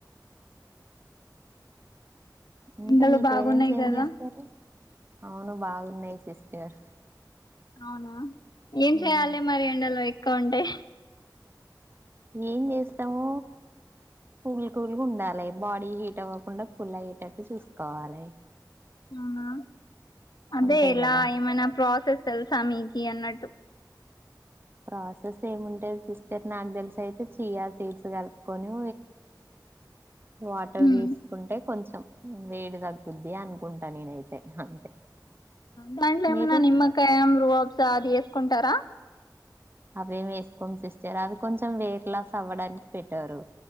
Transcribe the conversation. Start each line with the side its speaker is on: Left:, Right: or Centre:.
Right: ఇంకా
Left: ఎండలు
Right: మీ
Left: బాగున్నాయి
Right: పేరెంట్స్ ఏం
Left: కదా
Right: చేస్తారు అవును బాగున్నాయి సిస్టర్
Left: అవునా ఏన్ చేయయాలే
Right: మ్
Left: మరి ఎండలో కా ఉంటే
Right: ఏం చేస్తామో పూల్ కూల్ ఉండాలి బాడీ హీట్ అవ్వకుండా ఫుల్ హీటట్టు చూసుకోవాలి
Left: హవానా అదే
Right: అంతే
Left: ఎలా
Right: కదా
Left: ఏమనా ప్రాసెస్ తెలుసమికి అన్నట్టు
Right: ప్రాసెస్ ఏముంటేది సిస్టర్ నాకు తెలిస అయితే చీయా సీట్స్ కలుపుకొని వాటర్
Left: ఉమ్
Right: తీసుకుంటే కొంచెం వేడి తగ్గుద్ది అనుకుంటా నేనుతే అంతే
Left: టై
Right: మీరు
Left: నా నిమకాయ రు అబ్సాది ఎ చెకుంటారా
Right: అవేం వేసుకోం సిస్టర్ అవి కొంచెం వెయిట్ లాస్ అవ్వడానికి పెట్టారు